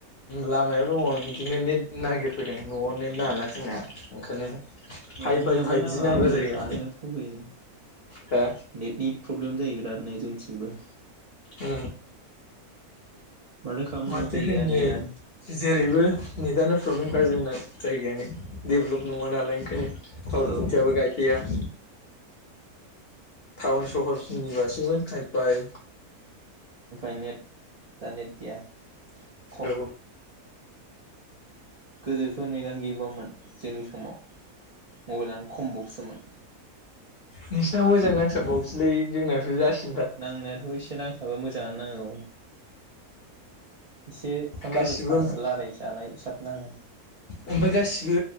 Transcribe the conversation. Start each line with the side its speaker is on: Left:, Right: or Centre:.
Left: लामायाव दङ बिदिनो नेट नागिरफैदों न'आव नेट नाङाना जोंना ओंखायनो हाइ
Right: जोंनाबो
Left: फाइ फाइभजि
Right: नाङा
Left: नांग्रा
Right: आंबो
Left: जायो
Right: आनैनावसो दंफैयो नै
Left: दा
Right: नेथनि फ्रब्लेम जायों बेरादनो जोंनिथिंबो
Left: ओ।
Right: माथो खालामनो
Left: माथो
Right: उफाय
Left: होननो
Right: गैया नेटआनो
Left: जेरैबो नेटआल' प्रब्लेमखा जोंना जायगायानो, डेभलप नङा नालाय ओंखायनो टावर
Right: औ
Left: खुन्थियाबो गायफैया। <inaudible> टाउन सहरनि बासोमोन हायफाय
Right: नेट, दा नेट गैया खम।
Left: औ
Right: गोदोथ' नेटयानो गैबावामोन, जोंनि समाव, मबाइलानो खमबावसोमोन।
Left: नोंसिना मोजां नांसाब बावोसोलै, जोंनाावथ' जासिन
Right: नांनायाथ' एसे नांसाबो मोजाङानो नाङो औ। एसे फन
Left: गासिबो
Right: लालायसा लायराइजानाय एसे नाङो।
Left: ओमफाय गासिबो